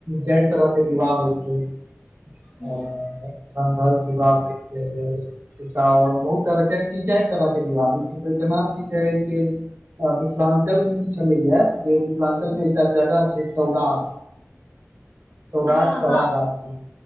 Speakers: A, on the right; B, on the left.
A: जा तरहके विवाह होइ छै आ
B: हूँ
A: गन्धर विवाह होइ छै एकओर बहुत तरह के तीन चार तरह के बिवाह होइ छै जनाब की कहैय छै मिथिलाञ्चलमे ई छलैएा जे मिथिलाञ्चलमे एकटा जगह छै सौराठ सौराठ
B: हँ
A: सभा
B: हँ
A: गाछी